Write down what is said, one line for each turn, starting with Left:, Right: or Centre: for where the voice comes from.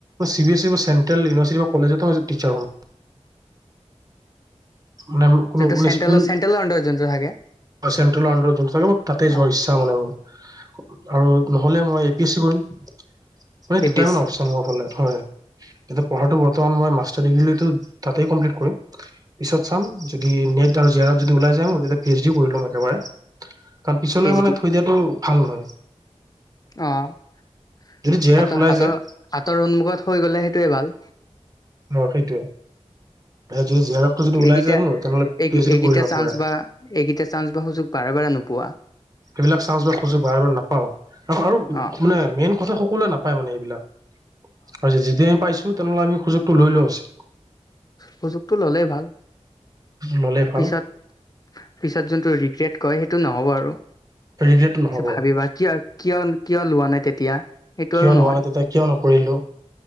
Right: চি বি এছ ই বা চেন্ট্ৰেল ইভাৰ্চিটি বা কলেজত। টিচাৰ হম। মানে কোনো
Left: যোনটো
Right: মানে
Left: চেন্ট্ৰেলৰ
Right: স্কুল,
Left: চেন্ট্ৰেলৰ আণ্ডাৰত যোনটো থাকে
Right: চেন্ট্ৰেল আাৰ যোন থাকে ম তাতে
Left: অ
Right: যোৱাৰ ইচ্ছা মানে মোৰ। আৰু নহলে মই এ পি এছ চি কৰিম। মানে
Left: এ
Right: দুটা
Left: পি এছ
Right: মান
Left: চি
Right: অপচন লব পালে হয় এতিয়া পঢ়াটো বৰ্তমান মই মাষ্টাৰ ডিগ্ৰীলৈতো তাতে কমপ্লিট কৰিম। পিছত চাম যদি নেট আৰু জে আৰ এফ যদি ওলাই যায় তে পি এইচ ডিও কৰি লম একেবাৰে। কাৰণ পিছলৈ
Left: পি এইচ
Right: মানে
Left: ডি
Right: থৈ দিয়াটো ভাল হয়।
Left: অ হাতৰ,
Right: জে আৰ এফ ওলাই
Left: হাতৰ,
Right: যায়
Left: হাতৰ উন্মুখত হৈ গলে সেইটোৱে ভাল।
Right: অ সেইটোৱে। যদি জে আৰ এফটো যদি ওলাই
Left: এইগেইটা
Right: যায় মোৰ তেনেহ'লে পি এইচ ডি
Left: এইগেইটা,
Right: কৰি লম একেবাৰে
Left: চান্স বা এইগেইটা চান্স বা সুযোগ বাৰ বাৰ নোপো পোৱা।
Right: সেইবিলাক চাঞ্চ বা সুযোগ ব ব নাপাওঁ, আৰু আৰু
Left: অ
Right: মানে মেইন কথা সকলোৱে নাপায় মানে এইবিলাক। অ যেতি- যেতিয়া আমি পাইছো তেনেহ'লে আমি সুযোগটো লৈ লৈও উচিত।
Left: সুযোগটো ললে ভাল।
Right: ল'লে ভাল
Left: পিছত, পিছত যোনটো ৰি ৰেট হয় সেইটো নহ'ব আৰু।
Right: ৰিগ্ৰেট নহ'ব
Left: ভাবিবা কিয় কিয় কিয়, লোৱা নাই। তেতিয়া সেইটো
Right: কিয়
Left: আৰু নহয়
Right: লোৱা নাই, তেতিয়া কিয় নকৰিলো